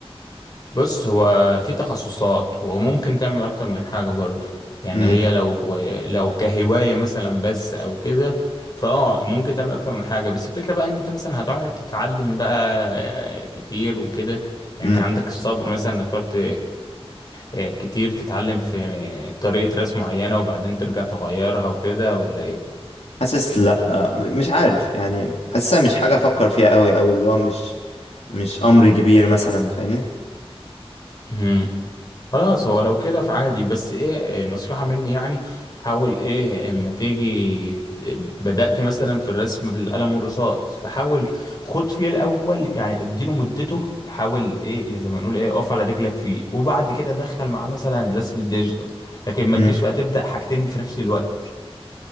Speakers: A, on the left (about 40°); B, on the left (about 80°).
A: بص هو في تخصصات وممكن تعمل اكتر من حاجة برضه يعني
B: امم
A: هي لو لو كهواية مثلا بس او كده فاه ممكن تعمل اكتر من حاجة بس الفكرة بقى ان انت مثلا هتقعد تتعلم بقى كتير وكده يعني انت
B: امم
A: عندك الصبر مثلا انك تقعد ت- آه، كتير تتعلم في طريقة رسم معينة وبعدين ترجع تغيرها وكده ولا ايه
B: حاسس لا مش عارف يعني حاسسها مش حاجه افكر فيها قوي او اللي هو مش مش امر كبير مثلا فاهمني
A: مم. خلاص هو لو كده فعادي بس ايه إيه، نصيحة مني يعني حاول ايه اما تيجي ت- بدأت مثلا في الرسم بالقلم والرصاص فحاول خد فيه الاول يعني اديله مدته حاول ايه يعني زي ما نقول ايه اقف على رجلك فيه وبعد كده دخل معاه مثلا الرسم الديجيتال لكن ما
B: امم
A: تجيش بقى تبدأ حاجتين في نفس الوقت